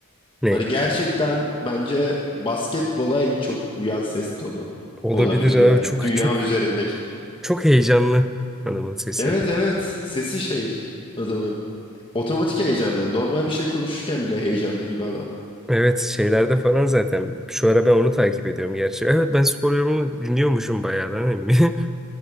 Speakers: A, in the centre; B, on the left.
A: Ne?
B: Hani gerçekten bence basketbola en çok uyan ses tonu
A: Olabilir
B: olabilir
A: abi
B: yani.
A: çok
B: Dünya
A: çok
B: üzerindeki.
A: çok heyecanlı hanımın sesi.
B: Evet evet sesi şey adamın. Otomatik heyecanlı. Normal bir şey konuşurken bile heyecanlı gibi adam.
A: Evet şeylerde falan zaten. Şu ara ben onu takip ediyorum gerçi. Evet ben spor yorumunu dinliyormuşum bayağı lan emmi. <laughs>